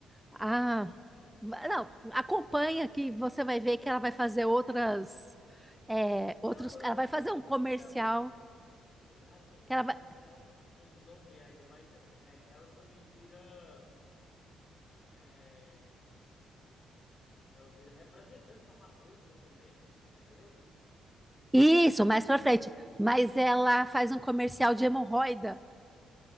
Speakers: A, in the centre; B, on the left.
A: Ah,
B: Não.
A: va- não, acompanha que você vai ver que ela vai fazer outras, é, outros,
B: Não, eu
A: ela
B: vi,
A: vai fazer
B: eu
A: um comercial
B: eu já vi. Assim,
A: que
B: no
A: ela
B: comercial,
A: vai,
B: não, não vi ainda, mas é, ela também vira. É, ela vira representante farmacêutica também. Isso aí eu vi.
A: isso, mais pra frente, mas ela faz um comercial de hemorroida.